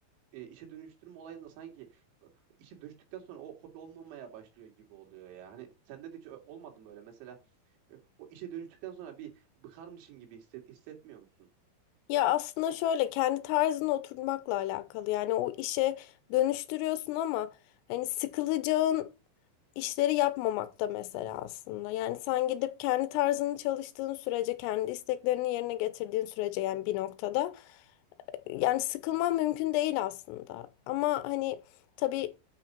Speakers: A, on the right; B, on the left.
A: e, işe dönüştürme olayında sanki e, işe dönüştükten sonra o hobi olmamaya başlıyor gibi oluyor ya. Hani sende de hiç ö- olmadı mı öyle? Mesela e, o işe dönüştükten sonra bir bıkarmışın gibi hisset, hissetmiyor musun?
B: ya aslında şöyle kendi tarzına oturmakla alakalı. Yani o işe dönüştürüyorsun ama hani sıkılacağın işleri yapmamakta mesela aslında. Yani sen gidip kendi tarzını çalıştığın sürece, kendi isteklerini yerine getirdiğin sürece yani bir noktada yani sıkılman mümkün değil aslında. Ama hani tabii